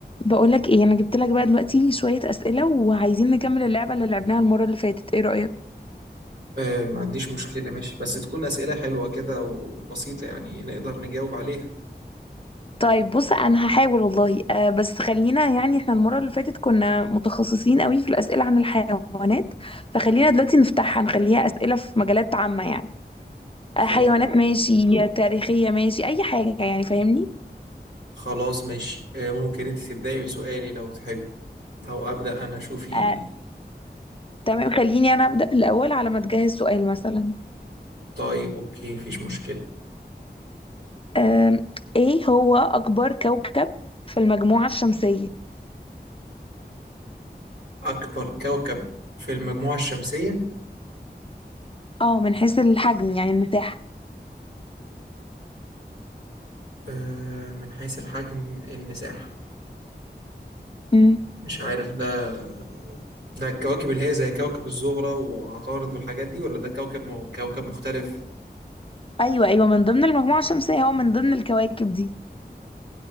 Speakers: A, on the left; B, on the right.
A: بقولك ايه انا جبت لك بقى دلوقتي شوية أسئلة وعايزين نكمل اللعبة اللي لعبناها المرة اللي فاتت ايه رأيك
B: آه، ما عنديش مشكلة ماشي بس تكون أسئلة حلوة كده وبسيطة يعني نقدر نجاوب عليها
A: طيب بص انا هحاول والله آه بس خلينا يعني احنا المرة اللي فاتت كنا متخصصين قوي في الأسئلة عن الحيوانات فخلينا دلوقتي نفتحها نخليها أسئلة في مجالات عامة يعني آه
B: خلاص
A: حيوانات ماشي تاريخية ماشي اي حاجة يعني فاهمني
B: خلاص ماشي آه، ممكن أنت تبدأي بسؤالي لو تحبي أو أبدأ أنا شوفي
A: آه تمام خليني انا أبدأ الأول على ما تجهز سؤال مثلا
B: طيب أوكي مفيش مشكلة
A: آه ايه هو أكبر كوكب في المجموعة الشمسية
B: أكبر كوكب في المجموعة الشمسية
A: اه من حيث الحجم يعني المساحة
B: آه، من حيث الحجم المساحة
A: مم.
B: مش عارف ده ده الكواكب اللي هي زي كوكب الزهرة وعطارد والحاجات دي ولا ده كوكب م... كوكب مختلف
A: ايوه ايوه من ضمن المجموعه الشمسيه هو من ضمن الكواكب دي